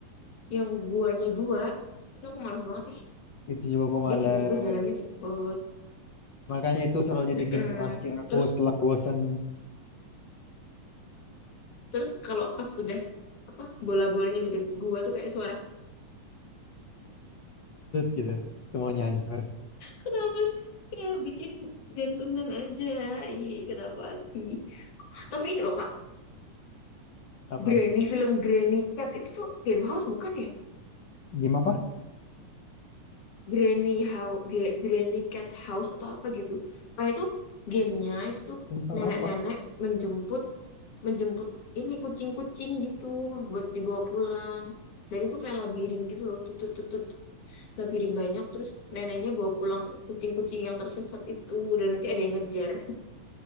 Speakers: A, on the left; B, on the left.
A: yang guanya dua itu aku malas banget ih.
B: Itu juga gue
A: Dia
B: males.
A: tiba-tiba jalannya cepet.
B: Makanya itu selalu jadi
A: Mm-mm.
B: game terakhir aku
A: Terus
B: setelah bosen.
A: terus kalau pas udah apa bola-bolanya udah deket gua tuh kayak suara
B: Gitu. Semuanya hancur.
A: kenapa sih kayak bikin jantungan aja. Ih, kenapa sih? Tapi ini loh Kak,
B: Apa?
A: Granny film Granny Cat itu tuh game house bukan ya?
B: Game apa?
A: Granny House, Granny Cat House atau apa gitu. Kayak itu gamenya itu tuh
B: Tentang
A: nenek-nenek
B: apa?
A: menjemput menjemput ini kucing-kucing gitu buat dibawa pulang. Dan itu kayak labirin gitu loh, tutut tutut, labirin banyak terus neneknya bawa pulang kucing-kucing yang tersesat itu dan nanti ada yang ngejar.